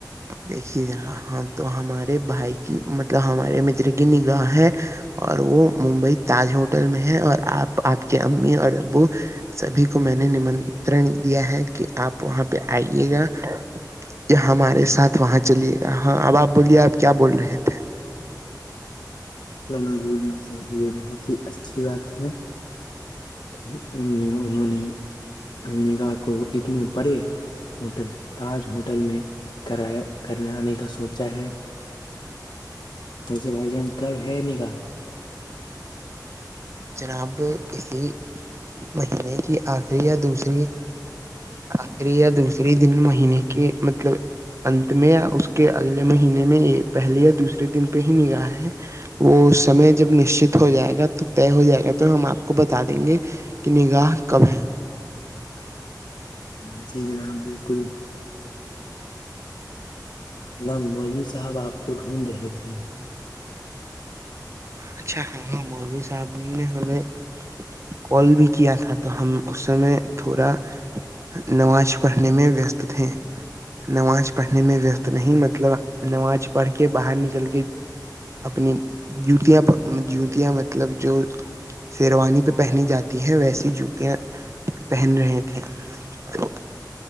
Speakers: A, on the right; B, on the left.
A: دیکھیے جا ہاں تو ہمارے بھائی کی مطلب ہمارے متر کی نگاہ ہے اور وہ ممبئی تاج ہوٹل میں ہے اور آپ آپ کے امی اور ابو سبھی کو میں نے نمترن دیا ہے کہ آپ وہاں پہ آئیے گا یا ہمارے ساتھ وہاں چلیے گا ہاں اب آپ بولیے آپ کیا بول رہے تھے
B: میں میں بول رہا ہ س یہ بہت ہی اچھی بات ہے کہ ان میں انہوں نے نگا کو اتنے پڑے ہوٹل تاج ہوٹل میں کرایا کرنے آنے کا سوچتا ہے ویسے بھائی جان کب ہے ن کہا
A: جناب اسی مہینے کی آخری یا دوسری آخری یا دوسرے دن مہینے کے مطلب ات میں یا اس کے اگلے مہینے میں پہلے یا دوسرے دن پہ ہی نگاہ ہے وہ سمے جب نشچت ہو جائے گا تو طے ہو جائے گا تو ہم آپ کو بتا دیں گے کہ نگاہ کب ہے
B: جٹھیک ہے نام بالکل ن ن مولوی صاحب آپ کو ڈھونڈ رہے تھے
A: اچھا ہاں ہاں مودی صاحب نے ہمیں کال بھی کیا تھا تو ہم اس سمے تھوڑا نماز پڑھنے میں ویست تھے نماز پڑھنے میں ویست نہیں مطلب نماز پڑھ کے باہر نکل کے اپنی جوتیا جوتیا مطلب جو شیروانی پہ پہنی جاتی ہے ویسی جوتیاں پہن رہے تھے تو